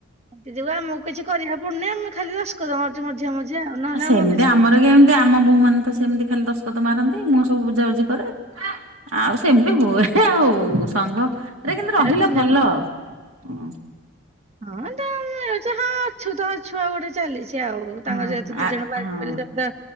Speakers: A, on the right; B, on the right.
A: ସେ ଯୋଗୁଁ ଆମକୁ କିଛି କରିବାକୁ ପଡୁନି ଆମେ ଖାଲି ଦସକତ ମାରୁଚୁ ମଝିରେ ମଝିରେ ଆଉ ନହେଲେ
B: ସେମିତି
A: ଆମର କିଛି
B: କେମିତି ଆମ ବୋହୁ ମାନେ ତ ସେମିତି ଖାଲି ଦଶକତ ମାରନ୍ତି ମୁଁ ସବୁ ବୁଝାବୁଝି କରେ। ଆଉ ସେମିତି ହୁଏ ଆଉ ସଂଘ ରେ ରହିଲା
A: ଦିନ
B: ଭଲ। ହଁ
A: ହଁ ତ ମିଳୁଛି ହଁ ଅଛୁ ତ ଅ ଛୁଆ ଗୋଟେ ଚାଲି ସେ ଆଉ ତାଙ୍କର
B: ହଁ
A: ଯେହେତୁ ଦି
B: ଆ
A: ଜଣ ବାହାରି
B: ହଁ
A: ପଇଲେଜା।